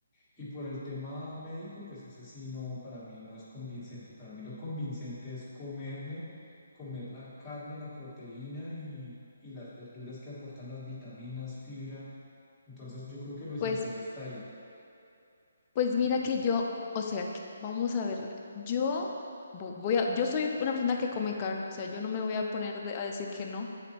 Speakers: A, in the centre; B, on the left.
A: y por el tema médico, pues ese sí no, para mí no es convincente. Para mí lo convincente es comerme, comer la carne, la proteína y, y las verduras que aportan las vitaminas, fibra. Entonces yo creo que lo esencial
B: Pues,
A: está ahí.
B: pues mira que yo, o sea, que- vamos a ver, yo vo- voy a, yo soy una persona que come carne, o sea, yo no me voy a poner de- a decir que no,